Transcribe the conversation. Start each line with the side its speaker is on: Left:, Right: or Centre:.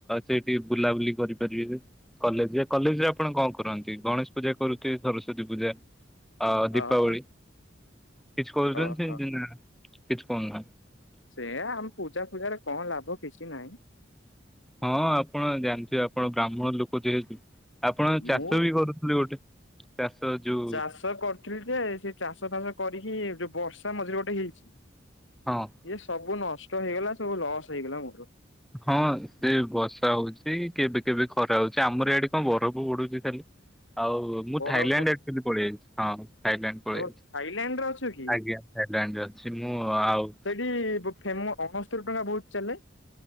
Centre: ସେଇଠି ବୁଲାବୁଲି କରିପାରିବେ। କଲେଜ କଲେଜ ରେ ଆପଣ କଣ କରନ୍ତି ଗଣେଶ ପୂଜା କରୁଥିବେ ସରସ୍ଵତୀ ପୂଜା ଆଉ ଦୀପାବଳି।
Left: ଓହୋ
Centre: କିଛି କରୁଚନ୍ତି
Left: ଓହୋ।
Centre: ସେମିତି ନା କିଛି କରୁ ନାହାନ୍ତି?
Left: ସେଇୟା ଆମ ପୂଜା ଫୂଜାରେ କଣ ଲାଭ କିଛି ନାହିଁ।
Centre: ହଁ ଆପଣ ଜାଣିଥିବେ ଆପଣ ବ୍ରାହ୍ମଣ ଲୋକ ଯେହେତୁ ଆପଣ ଚାଷ
Left: ମୁଁ
Centre: ବି କରୁଥିଲେ ଗୋଟେ? ଚାଷ ଯୋଉ।
Left: ଚାଷ କରୁଥିଲି ଯେ, ସେ ଚାଷ ଫାଷ କରିକି ଏବେ ବର୍ଷା ମଝିରେ ଗୋଟେ ହେଇଛି।
Centre: ହଁ।
Left: ଇଏ ସବୁ ନଷ୍ଟ ହେଇଗଲା, ସବୁ ଲସ୍ ହେଇଗଲା ମୋର।
Centre: ହଁ ସେ ବର୍ଷା ହଉଛି କେବେ କେବେ ଖରା ହଉଛି। ଆମର ଆଡେ କଣ ବରଫ ପଡୁଛି ଖାଲି। ଆଉ ମୁଁ
Left: ବରହପୁର
Centre: ଥାଇଲାଣ୍ଡ ଏକଚୁଲି ପଳାଇ ଆଇଛି ହଁ। ଥାଇଲାଣ୍ଡ ପଳେଇଛି
Left: ଓ ଥାଇଲାଣ୍ଡ ରେ ଅଛୁ କି?
Centre: ଆଜ୍ଞା ଥାଇଲାଣ୍ଡରେ ଅଛି ମୁଁ ଆଉ।
Left: ହ ଫେମ ଅଣସ୍ତରି ଟଙ୍କା ବହୁତ ଚାଲେ।